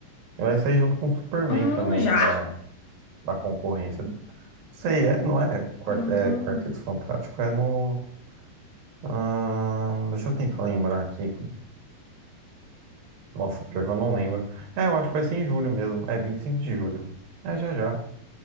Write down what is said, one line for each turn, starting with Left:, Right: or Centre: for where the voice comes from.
Right: E vai sair junto com o Superman
Left: Hum,
Right: também,
Left: já?
Right: da, da concorrência. Não sei, é, não é? Quart-
Left: Ah,
Right: é Quarteto Fantástico é no. ah, deixa eu tentar lembrar aqui. Nossa, pior que eu não lembro. É, eu acho que vai ser em julho mesmo. É, 25 de julho. É, já já.